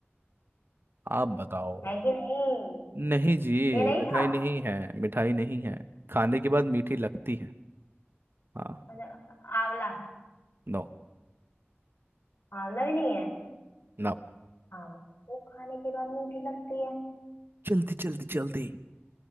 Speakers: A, on the right; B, on the left.
A: आप बताओ
B: है कि नहीं
A: नहीं जी
B: ये नहीं
A: मिठाई
B: था
A: नहीं है मिठाई नहीं है खाने के बाद मीठी लगती है हाँ
B: अच्छा आंवला आ-
A: नो
B: आंवला भी नहीं है
A: ना
B: आंवला तो खाने के बाद मीठी लगती है
A: जल्दी जल्दी जल्दी